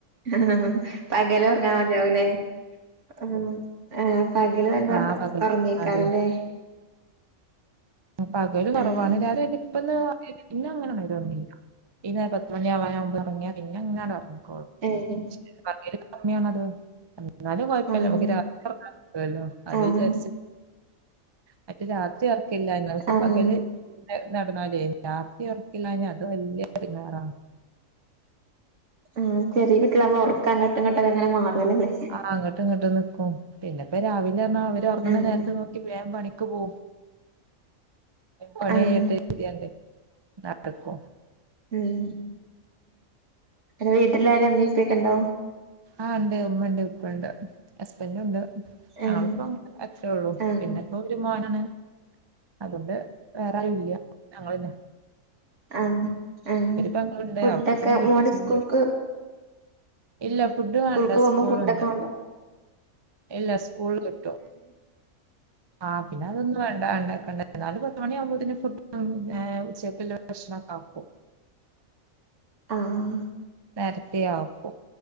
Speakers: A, on the right; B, on the right.
A: ആഹ് പകല് ഒറങ്ങാൻ മതിയാവൂലേ ആഹ്
B: <unintelligible>
A: ആഹ് പകല് നല്ല
B: ആ പകൽ
A: ഉറങ്ങേക്കാരല്ലേ
B: അതെ അ പകല് കുറവാണ്
A: ആഹ്
B: <unintelligible> ഇപ്പന്ന് പിന്ന അങ്ങനെണന്നില്ല ഇന്ന നേര പത്ത് മണിയാവാൻവുമ്പ് ഇറങ്ങാ ഇങ്ങ അങ്ങാടെ ഇറങ്ങിക്കോളൂ
A: <unintelligible>
B: <unintelligible> എന്നാലും കുഴപ്പില്ല
A: ആഹ്
B: നമുക്ക് രാത്രി ഉറങ്ങാൻ കിട്ടുവല്ലോ അത്
A: ആഹ്
B: വിചാരിച്ച മറ്റേ രാത്രി ഒറക്കില്ല ആരുന്നു <unintelligible> ക്ക്
A: ആഹ്
B: പകല് നടന്നാലേ രാത്രി ഉറക്കില്ല അ അത് വല്യ എടങ്ങറാ
A: ആഹ് ചെറിയ കുട്ടികളെ അങ്ങ് ഉറക്കങ്ങിട്ടുംങ്ങട്ടക്ക അങ്ങനെ മാറലല്ലേ <unintelligible>
B: ആ അങ്ങട്ടും ഇങ്ങോട്ട് നിക്കും പിന്നെ ഇപ്പ രാവിലെ <unintelligible> അവര് ഒർങ്ങണെ
A: ആഹ്
B: നേരത്തെ പോ വേഗം പണിക്ക് പോവും പണിയാത്തതിന്റെ
A: ആഹ്
B: നടക്കും
A: ഉം ഉ വീട്ടിലാരും എമ്മീപ്പൊക്കെ ഉണ്ടോ
B: അഹ് ഉണ്ട് ഉമ്മ ഉണ്ട് ഉപ്പ ഉണ്ട് ഹസ്ബൻഡ ഉണ്ട് ഞങ്ങളിപ്പോ
A: ആഹ്
B: അങ്ങന അച്ചള്ളു
A: ആഹ്
B: പിന്നെ ഇപ്പ ഒരു മോനാണ് അതുകൊണ്ട് വേറൊയും ഇല്ല ഞങ്ങന്നെ
A: അഹ് അഹ്
B: പെങ്ങളുണ്ട്
A: ഫുഡൊക്കെ
B: അവള് പിന്നെ കെട്ടിച്ചു
A: മോന സ്കൂൾക്ക്
B: പോയി ഇല്ല ഫുഡ് വേണ്ട
A: സ്കൂൾക പോമ്മ
B: സ്കൂളിലുണ്ട്
A: ഫുഡൊക്കെ ഉണ്ടോ
B: ഇല്ല സ്കൂൾ കിട്ടോ ആഹ് പിന്നെ അതൊന്ന വേണ്ട ഉണ്ടാക്കണ്ട നാല് പത്ത് മണിയാവുമ്പോന് ഫുഡും ഏഹ് ഉച്ചയ്ക്കുള്ള ഭക്ഷ്ണം ആക്കും
A: ആഹ്
B: നേരത്തെ ആക്കും